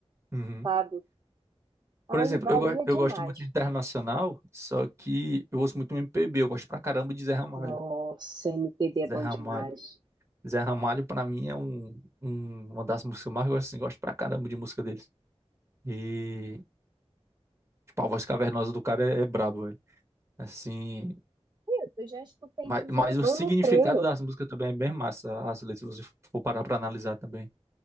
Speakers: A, on the right; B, on the right.
A: Uhum.
B: sabe? Aí
A: Por exemplo,
B: varia
A: eu, go- eu
B: demais.
A: gosto muito de internacional, só que eu ouço muito MPB, eu gosto pra caramba de Zé Ramalho.
B: Nossa, MPB é bom
A: Zé Ramalho.
B: demais.
A: Zé Ramalho, pra mim, é um, um- uma das músicas que eu mais gosto, assim, gosto pra caramba de música deles. E, tipo, a voz cavernosa do cara é, é brabo, Assim,
B: Meu, Eu já escutei
A: mas,
B: Djavan
A: mas o significado
B: no treino.
A: das músicas também é bem massa, as letras, se você for parar pra analisar também.